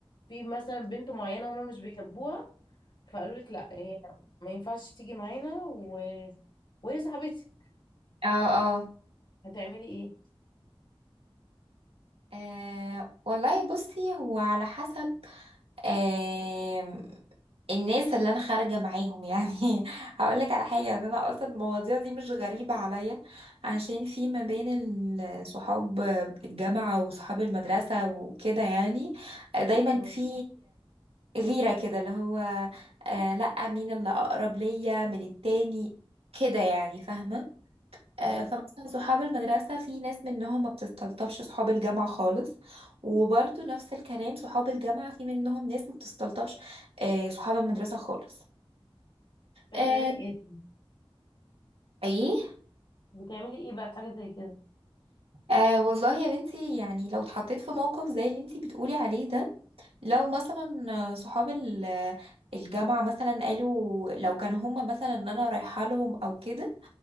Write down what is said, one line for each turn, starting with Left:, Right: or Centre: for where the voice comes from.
Left: في مثلا بنت معينة هما مش بيحبوها فقالوا لك لا هي ما ينفعش تيجي معانا و... وهي صاحبتي
Right: اه اه
Left: هتعملي ايه
Right: أه والله بصي هو على حسب أه الناس اللي انا خارجه معاهم يعني <laughs> هقولك على حاجه ان انا اصلا المواضيع دي مش غريبه عليا عشان في ما بين ال- صحاب الجامعه وصحاب المدرسه وكده يعني دايما
Left: اه
Right: في غيره كده اللي هو أه لا مين اللي اقرب ليا من التاني كده يعني فاهمه آه،
Left: اه
Right: فمثلا صحاب المدرسة في ناس منهم ما بتستلطفش صحاب الجامعة خالص وبرضه نفس الكلام صحاب الجامعة في منهم ناس ما بتستلطفش آه، صحاب المدرسة خالص
Left: طب
Right: آه،
Left: بتعملي ايه
Right: ايه
Left: بتعملي ايه بقى في حاجه زي كده
Right: آه والله يا بنتي يعني لو اتحطيت في موقف زي اللي انتي بتقولي عليه ده لو مثلا آه، صحاب ال- آه، الجامعة مثلا قالوا لو كانوا هما مثلا ان انا رايحة لهم او كده